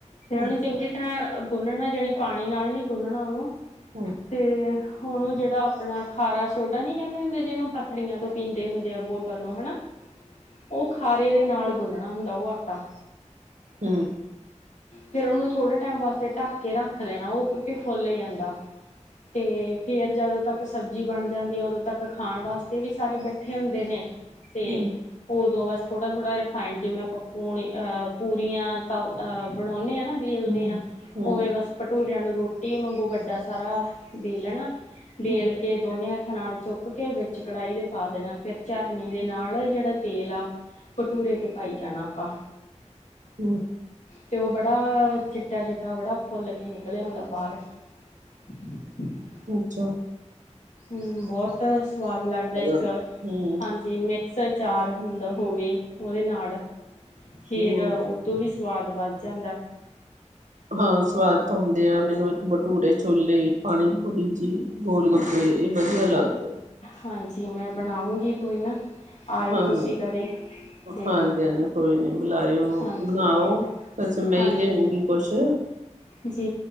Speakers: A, on the left; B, on the right.
A: ਫੇਰ
B: ਹੂੰ
A: ਓਨੂੰ ਚੰਗੀ ਤਰਾ ਗੁੰਨਣਾ ਜਨੀ ਪਾਣੀ ਨਾਲ ਨੀ ਗੂਨਣਾ ਓਨੂੰ
B: ਹੂੰ
A: ਤੇ ਓਨੂੰ ਓ ਜੇੜਾ ਆਪਣਾ ਖਾਰਾ ਸੋਡਾ ਨੀ ਕੈਂਦੇ ਹੁੰਦੇ ਜੀਨੂੰ ਪੱਥਰੀਆਂ ਤੋਂ ਪੀਂਦੇ ਹੁੰਦੇ ਆ ਬੋਤਲ ਨੂੰ ਹਨਾ ਓ ਖਾਰੇ ਦੇ ਨਾਲ ਗੁੰਨਣਾ ਹੁੰਦਾ ਓ ਆਟਾ।
B: ਹੂੰ।
A: ਫੇਰ ਓਨੂੰ ਥੋੜੇ ਟੈਮ ਵਾਸਤੇ ਢੱਕ ਕੇ ਰੱਖ ਲੈਣਾ ਓ ਕੋਕੀ ਫੋਲ ਜਾਂਦਾ ਤੇ ਫੇਰ ਜਦੋਂ ਤੱਕ ਸਬਜ਼ੀ ਬਣ ਜਾਂਦੀ ਏ ਉਦੋਂ ਤੱਕ ਖਾਣ ਵਾਸਤੇ ਵੀ ਸਾਰੇ ਬੈਠੇ ਹੁੰਦੇ ਨੇ ਤੇ
B: ਹੂੰ
A: ਓਦੋਂ ਬਸ ਥੋੜਾ-ਥੋੜਾ ਫਾਈਡ ਜਿਵੇਂ ਆਪਾਂ ਪੂਣੀ ਆ ਪੂਰੀਆਂ ਤਲ ਆ ਬਣੋਣੇ ਆ ਨਾ ਵੇਲਦੇ
B: ਹੂੰ
A: ਆ,
B: ਹੂੰ
A: ਓਵੇਂ ਬਸ ਭਟੂੂਰੇਆਂ ਨੂੰ ਰੋਟੀ ਮਾਗੂ ਵੱਡਾ ਸਾਰਾ ਵੇਲਣਾ ਬੇਲ
B: ਹੂੰ
A: ਕੇ ਦੋਨੇ ਹੱਥਾਂ ਨਾਲ ਚੁੱਕ ਕੇ ਵੇਚ ਕੜਾਈ ਦੇ ਪਾ ਦੇਣਾ ਫੇਰ ਝਰਨੀ ਦੇ ਨਾਲ ਜੇੜਾ ਤੇਲ ਆ ਭਟੂਰੇ ਤੇ ਪਾਈ ਜਾਣਾ ਆਪਾਂ।
B: ਹੂੰ।
A: ਤੇ ਓ ਬੜਾ ਚੀਟਾ-ਚੀਟਾ ਬੜਾ ਫੌਲ ਕੇ ਨਿਕਲ ਔਦਾ ਬਾਰ। <inaudible>
B: ਅੱਛਾ।
A: ਹੂੰ ਬੌਤ ਸਵਾਦ ਲੱਗਦਾ ਏਕ,
B: ਆਂਦਾ ਹੂੰ
A: ਹਾਂਜੀ ਮੇ ਕਸ ਚਾਰ ਹੁੰਦਾ ਹੋਵੇ ਓਦੇ ਨਾਲ ਫੇਰ
B: ਹੂੰ
A: ਤੋਂ ਵੀ ਸਵਾਦ ਵੱਧ ਜਾਂਦਾ।
B: ਹਾਂ ਸਵਾਦ ਤਾਂ ਹੁੰਦੇ ਆ ਮੇਨੂੰ ਏਕ ਬਟੂਰੇ-ਛੋਲੇ ਪਾਣੀ-ਪੂਰੀ ਜੀ ਗੋਲ ਗਪੇ ਏ ਵਧੀਆ ਲੱਗਦੇ ਆ।
A: ਹਾਂਜੀ ਮੈਂ ਬਣਾਉਗੀ ਕੋਈ ਨਾ ਆਇਓ
B: ਹਾਂ
A: ਤੁਸੀਂ ਕਦੇ ਤੇ
B: ਹਾਂਜੀ ਹਾਂ ਕੋਈ ਨੀ ਬੁਲਾਇਓ
A: ਹਾਂਜੀ
B: ਬਣਾਓ ਵੈਸੇ ਮੈਂ
A: ਹਾਂਜੀ
B: ਈ ਲੈ ਆਉਂਗੀ ਕੁਛ
A: ਜੀ